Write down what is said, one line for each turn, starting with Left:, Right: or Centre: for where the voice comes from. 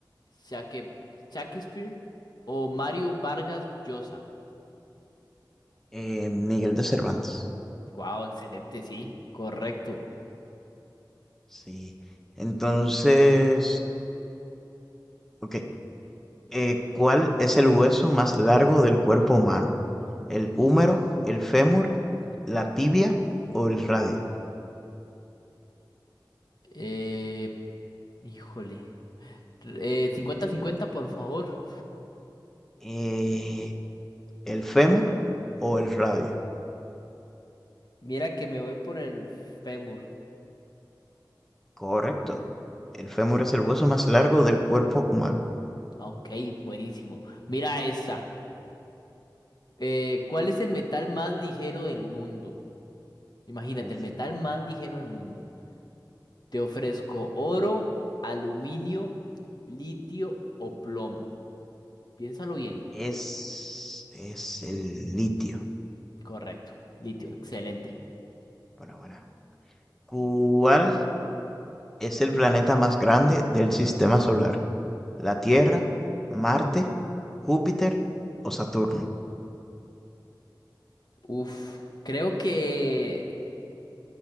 Left: Shaque- Shakespeare o Mario Vargas Llosa.
Centre: Eh, Miguel de Cervantes.
Left: Wow, excelente, sí, correcto.
Centre: Sí. Entonces, ok. Eh, ¿cuál es el hueso más largo del cuerpo humano? ¿El húmero, el fémur, la tibia o el radio?
Left: Eh, híjole. R- eh, 50-50, por favor.
Centre: Eh, ¿el fémur o el radio?
Left: Mira que me voy por el fémur.
Centre: Correcto. El fémur es el hueso más largo del cuerpo humano.
Left: Ah, Ok, buenísimo. Mira esta. Eh, ¿cuál es el metal más ligero del mundo? Imagínate,
Centre: Uf.
Left: el metal más ligero del mundo. Te ofrezco oro, aluminio, litio o plomo. Piénsalo bien.
Centre: Es, es el litio.
Left: Correcto. Litio, excelente.
Centre: Bueno, bueno. ¿Cuál es el planeta más grande del sistema solar? ¿La Tierra, Marte, Júpiter o Saturno?
Left: Uf, creo que